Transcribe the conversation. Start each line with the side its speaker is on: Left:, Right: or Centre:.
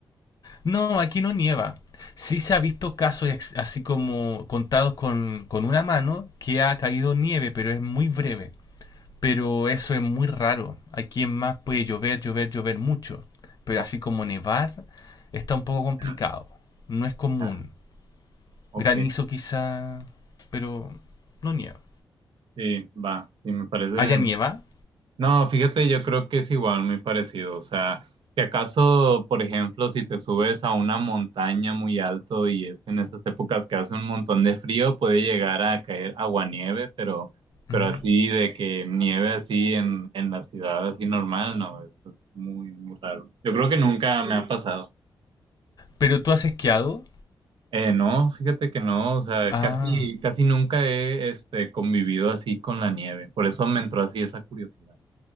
Left: No, aquí no nieva. Sí se ha visto casos ex- así como contados con, con una mano que ha caído nieve, pero es muy breve. pero eso es muy raro. Aquí en más puede llover, llover, llover mucho, pero
Right: O-
Left: así como nevar está un poco complicado.
Right: ah,
Left: No es común.
Right: ah, ok,
Left: Granizo quizá, pero no nieva.
Right: sí, va, sí, me parece
Left: ¿Allá nieva?
Right: No, fíjate, yo creo que es igual, muy parecido. O sea, que acaso, por ejemplo, si te subes a una montaña muy alto y es en esas épocas que hace un montón de frío, puede llegar a caer aguanieve, pero, pero
Left: Ujú.
Right: así de que nieve así en, en la ciudad, así normal, no, eso es muy, muy raro. Yo creo que nunca me ha pasado.
Left: ¿Pero tú has esquiado?
Right: Eh, no, fíjate que no, o sea,
Left: Ah,
Right: casi, casi nunca he, este, convivido así con la nieve. Por eso me entró así esa curiosidad.